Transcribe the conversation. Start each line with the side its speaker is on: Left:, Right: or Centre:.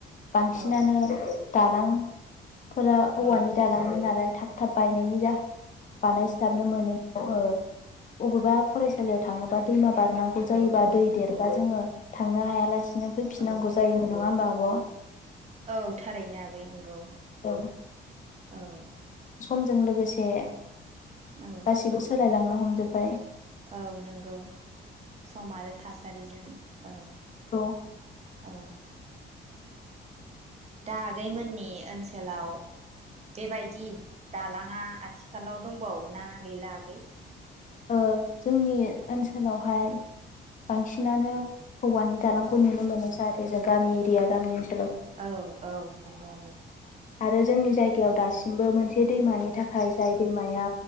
Left: बांसिनानो
Right: औ
Left: दालां फोरा औवानि
Right: औ
Left: दालांमोन नालाय थाब थाब बायनायनि जाहोनाव बानायस्लाबनो मोनैयाव ओ बबेबा फरायसालियाव थाङोबा दैमा बारनांगौ
Right: औ
Left: जायोबा दै देर दा जोङो‌। थांनो हायालासे। नो फैफिनांगौ
Right: औ
Left: जायोमोन नङा होमबा आब'?
Right: औ थारैनो आगै नोंगौ।
Left: औ
Right: औ
Left: समजों लोगोसे
Right: औ
Left: गासिबो सोलायलांनो हमजोबबाय।
Right: औ नंगौ सम आरो थासारिजों औ
Left: औ
Right: औ। दा आगैमोननि ओनसोलाव बेबायदि दालाङा आथिखालाव दंबावो ना गैला‌ आगै?
Left: ओ जोंनि ओनसोलावहाय बांसिनानो औवानि दालांखौ नुनो मोनो जाहाथे जों गामि एरिया गामि ओनसोल
Right: औ औ नोंगौ आगै।
Left: आरो जोंनि जायगायाव दासिम। दासिमबो मोनसे दैमानि थाखाय जाय दैमाया